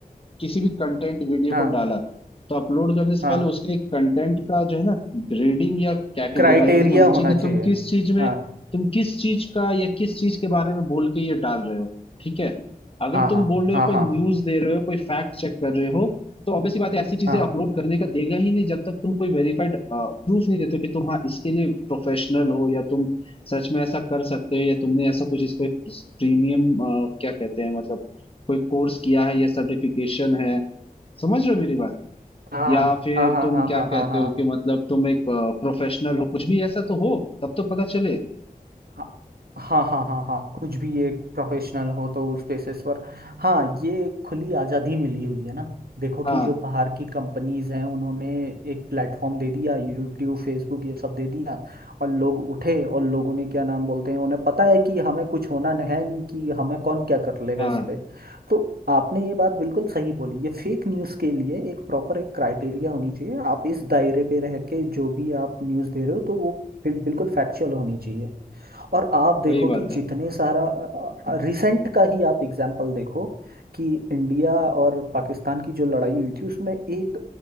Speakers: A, on the left (about 35°); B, on the right (about 85°).
A: किसी भी कंटेंट वीडियो
B: हाँ
A: को डाला तो अपलोड करने से
B: हाँ
A: पहले उसका एक कंटेंट का जो है ना ग्रेडिंग या कैटेगराइजिंग
B: क्राइटेरिया
A: होना चाहिए
B: होना
A: कि
B: चाहिए
A: तुम किस चीज में
B: हाँ
A: तुम किस चीज का या किस चीज के बारे में बोल के ये डाल रहे हो ठीक है अगर
B: हाँ
A: तुम
B: हाँ
A: बोल रहे हो कोई
B: हाँ
A: न्यूज दे रहे हो कोई फैक्ट चेक कर रहे हो तो ऑब्वियसली बात है ऐसी चीजें
B: हाँ
A: अपलोड करने का देगा ही नहीं जब तक तुम कोई वेरीफाइड प्रूफ नहीं देते हो कि तुम हाँ इसके लिए प्रोफेशनल हो या तुम सच में ऐसा कर सकते हो या तुमने ऐसा कुछ इस पे प्रीमियम क्या कहते हैं मतलब कोई कोर्स किया है या सर्टिफिकेशन है समझ रहे हो मेरी बात
B: हाँ
A: या फिर
B: हाँ हाँ
A: तुम
B: हाँ
A: क्या
B: हाँ हाँ
A: कहते
B: हाँ हाँ हाँ
A: हो कि मतलब तुम एक प्रोफेशनल हो कुछ भी ऐसा तो हो तब तो पता चले
B: हाँ हाँ हाँ हाँ हाँ कुछ भी एक प्रोफेशनल हो तो उस बेसिस पर हाँ ये एक खुली आज़ादी मिली हुई है ना देखो कि
A: हाँ
B: जो बाहर की कंपनीज हैं उन्होंने एक प्लेटफॉर्म दे दिया यूट्यूब फेसबुक ये सब दे दिया और लोग उठे और लोगों ने क्या नाम बोलते हैं उन्हें पता है कि हमें कुछ होना न- है नहीं कि हमें कौन क्या कर लेगा
A: हाँ
B: इस पे तो आपने ये बात बिल्कुल सही बोली ये फेक न्यूज़ के लिए एक प्रॉपर एक क्राइटेरिया होनी चाहिए आप इस दायरे पे रह के जो भी आप न्यूज़ दे रहे हो तो वो बिल- बिल्कुल फैक्चुअल होनी चाहिए और आप देखो
A: वही बात
B: कि
A: है
B: जितने सारा रिसेंट का ही आप एग्जाम्पल देखो कि इंडिया और पाकिस्तान की जो लड़ाई हुई थी उसमें एक